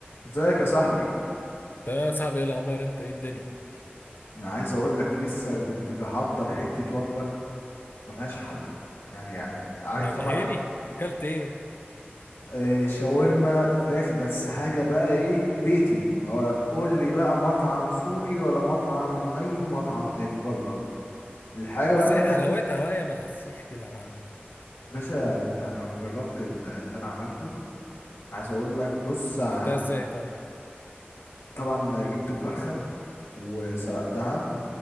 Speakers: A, on the left; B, on the left.
A: ازيك يا صاحبي
B: ده يا صاحبي ايه الاخبار انت ايه الدنيا
A: انا عايز اقول لك لسه كنت بحضر حتة وجبة ملهاش حل يعني ع- عارف
B: من
A: طبعا
B: غيري اكلت ايه
A: آه، شاورما فراخ بس حاجة بقى ايه بيتي ما ولا تقول لي بقى مطعم سوري ولا مطعم اي مطعم تاني بره الحاجة
B: بس
A: بقى اللي
B: هي
A: انت
B: حلاوتها وهي من على السيخ كده يا معلم
A: باشا انت لو جربت ال- اللي انا عملته عايز اقول لك بص
B: عملتها
A: ع-
B: ازاي طيب
A: طبعا جبت الفرخة وسلقتها